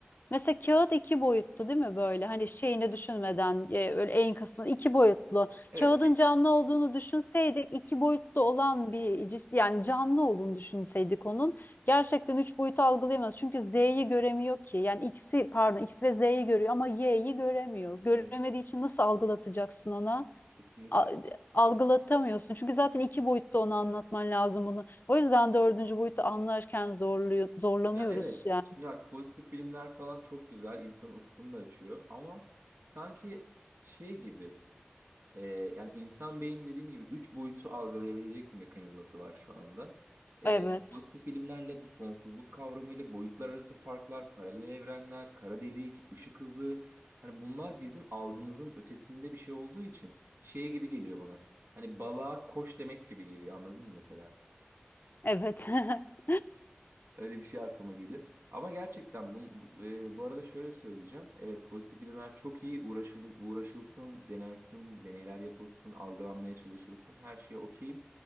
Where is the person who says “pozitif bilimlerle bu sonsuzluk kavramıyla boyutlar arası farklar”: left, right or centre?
Right